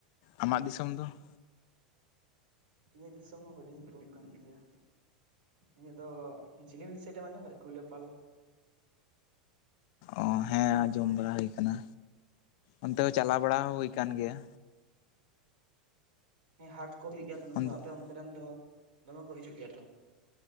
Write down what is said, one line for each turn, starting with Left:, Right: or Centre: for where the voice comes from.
Left: ᱟᱢᱟᱜ ᱫᱤᱥᱚᱢ ᱫᱚ ᱾
Right: ᱤᱧᱟᱹᱜ ᱫᱤᱥᱚᱢ ᱦᱚᱸ ᱦᱩᱰᱤᱧ ᱛᱩᱝ ᱠᱟᱱ ᱜᱮᱭᱟ᱾ ᱤᱧᱟᱹᱜ ᱫᱚ ᱡᱷᱤᱞᱤᱢᱤᱞᱤ ᱥᱟᱭᱤᱰᱮᱢ ᱟᱸᱡᱚᱢ ᱟᱠᱟᱜᱼᱟ ᱠᱩᱭᱞᱟᱹᱯᱟᱞ ᱾
Left: ᱚ ᱦᱮᱸ ᱟᱸᱡᱚᱢ ᱵᱟᱲᱟ ᱦᱩᱭ ᱠᱟᱱᱟ᱾ ᱚᱱᱛᱮ
Right: ᱦᱮᱸ
Left: ᱦᱚᱸ ᱪᱟᱞᱟᱣ
Right: ᱚᱱᱟ
Left: ᱵᱟᱲᱟ ᱦᱚᱸ ᱦᱩᱭ ᱠᱟᱱ ᱜᱮᱭᱟ᱾
Right: ᱦᱮᱸ ᱦᱟᱴ ᱠᱚ ᱦᱩᱭᱩᱜ ᱜᱮᱭᱟ ᱛᱚ ᱱᱚᱰᱮ
Left: ᱦᱮᱸ
Right: ᱫᱚ, ᱟᱯᱮ ᱚᱱᱛᱮ ᱨᱮᱱ ᱫᱚ ᱫᱚᱢᱮ ᱠᱚ ᱦᱤᱡᱩᱜ ᱜᱮᱭᱟ ᱛᱚ᱾